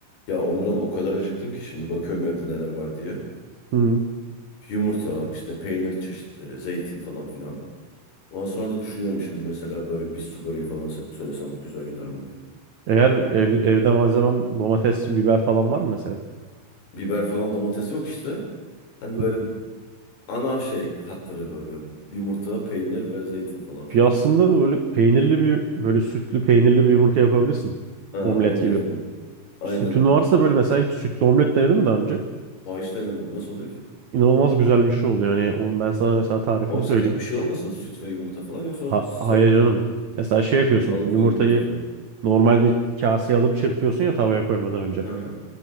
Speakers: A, on the left (about 50°); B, on the right (about 75°).
A: Ya Onuran o kadar acıktım ki şimdi bakıyorum evde neler var diye.
B: Hı.
A: Yumurta, işte peynir çeşitleri, zeytin falan filan. Ondan sonra da düşünüyorum şimdi mesela böyle bir su böreği falan sö- söylesem güzel gider mi diye.
B: Eğer ev- evde malzemen domates, biber falan var mı mesela?
A: Biber falan domates yok işte. Hani
B: Hı
A: böyle
B: hı.
A: ana şey hatları böyle yumurta, peynir ve zeytin falan filan.
B: Bir aslında böyle peynirli bir böyle sütlü peynirli bir yumurta yapabilirsin.
A: Ha,
B: Omlet
A: omlet
B: gibi.
A: falan. Aynen.
B: Sütün varsa böyle mesela hiç sütlü omlet denedin mi daha önce?
A: Ha hiç denemedim. Nasıl oluyor ki?
B: İnanılmaz güzel bir şey oluyor. Yani onun ben sana mesela tarifini
A: Oğlum
B: söyleyeyim.
A: sakat bir şey olmasın süt ve yumurta falan yoksa o
B: Ha,
A: söylenti
B: hayır canım.
A: mi?
B: Mesela şey yapıyorsun.
A: Balık
B: Yumurtayı
A: ve yumurta falan.
B: normalde kaseye alıp çırpıyorsun ya tavaya koymadan önce.
A: Hı.